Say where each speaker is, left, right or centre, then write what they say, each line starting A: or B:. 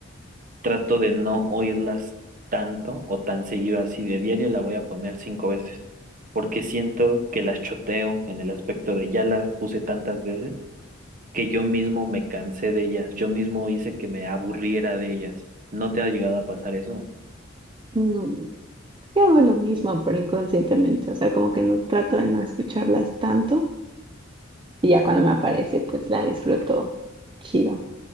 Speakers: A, on the right (about 40°); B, on the right (about 25°).
A: trato de no oírlas tanto o tan seguido así. De diario la voy a poner cinco veces, porque siento que las choteo en el aspecto de ya las puse tantas veces que yo mismo me cansé de ellas, yo mismo hice que me aburriera de ellas. ¿No te ha llegado a pasar eso?
B: Mm, Yo hago lo mismo, pero inconscientemente, o sea, como que no trato de no escucharlas tanto y ya cuando me aparece, pues la disfruto chido,